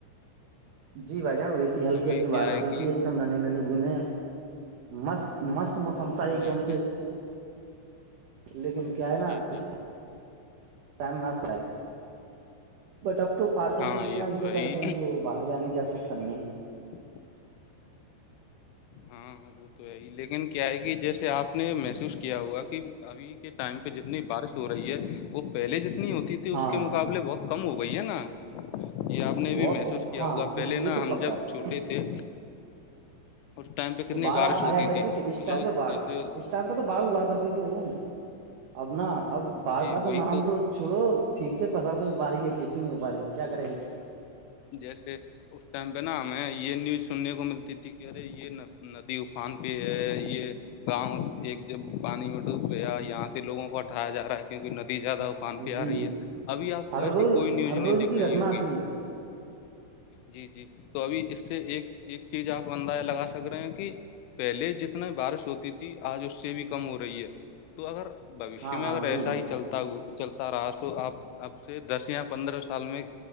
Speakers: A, on the right; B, on the left.
A: جی بھائی جان وہئی تھی ہلی
B: ابھی
A: ہلکی بارش
B: کیا ہے
A: ہوئی
B: کہ
A: تھی ایک ایک دم نانی ن بنے مست مست موسم تھا ایک
B: جی
A: دم سے
B: جی
A: لیکن کیا ہے نا
B: جی جی
A: اس ٹیئم مست ہے بٹ اب تو پارکوں
B: ہاں
A: میں اتنا
B: یہ
A: انجوائے
B: تو ہے
A: کرتے
B: ہی
A: ہیں تو باہر جانے کی ج سکتا نہیں ہے
B: <unintelligible> ہاں وہ تو ہے ہی لیکن کیا ہے کہ جیسے آپ نے محسوس کیا ہوا کہ ابھی کے ٹائم پہ جتنی بارش ہو رہی ہے وہ پہلے جتنی ہوتی تھی
A: ہاں
B: اس کے مقابلے بہت کم ہو گئی ہے نا یہ آپ نے
A: بہت
B: بھی محسوس کیا
A: ہاں
B: ہوگا پہلے
A: اس یہ
B: نا
A: تو
B: ہم
A: پکا
B: جب
A: ہے
B: چھوٹے تھے اس ٹائم پہ کتنی
A: تو باھ
B: بارش ہوتی
A: آیا کرتی تھی اس
B: مطلب
A: ٹائم پہ بڑھ
B: جیسے
A: اس ٹائم پہ تو باڑ اگا کرتی تھی بھائی جان اب ن اب باڑ
B: جی
A: کا
B: وہی
A: تو نام تو چھڑو ٹھیک سے فصل نہیں ہو پا رہی ہے کھیتی نہیں ہو پا رہی ہے کیا کر رہے ہیں
B: جیسے اس ٹائم پہ نا ہمیں یہ نیوز سننے کو ملتی تھی کہ ارے یہ نہ ندی افان پہ ہے یہ گاؤں ایک جب پانی میں ڈوب گیا یہاں سے لگوں کو ہٹایا جا رہا ہے کیونکہ ندی زیادہ پان پہ
A: جی
B: آ رہی
A: جی
B: ہے ابھی آ کو
A: ہر
B: ایسی
A: روز
B: کوئی نیوز
A: ہر
B: نہیں
A: روز
B: دیککھ
A: کی
B: رہی
A: گھٹنا
B: ہوگی
A: تھی
B: جی جی تو ابھی اس سے ایک ایک چیز آپ اندازہ لگا سک رہے ہیں کہ پہلے جتنا بارش ہوتی تھی آج اس سے بھی کم ہو رہی ہے تو اگر بھشیہ
A: ہاں
B: میں
A: ہاں
B: اگر
A: جی
B: ایسا
A: جی
B: ہی چلتا چلتا رہا تو آ اب سے دس یا پندرہ سال میں